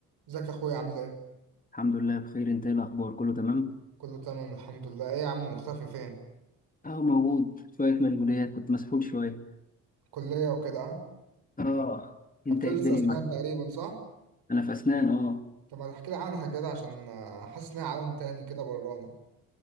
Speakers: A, on the right (about 70°); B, on the left (about 20°).
A: ازيك يا اخويا عامل ايه؟
B: الحمد لله بخير انت ايه الاخبار كله تمام
A: كله تمام الحمد لله، ايه يا عم مختفي فين؟
B: اهو موجود شويه مشغوليات كنت مسحول شويه
A: كلية وكده اه؟
B: اه انت
A: هبتدرس
B: ايه الدنيا
A: اسنان
B: معاك
A: تقريبا صح؟
B: انا في اسنان اه
A: طب ما تحكي لي عنها كده عشان آه، حاسس انها عالم تاني كده برانا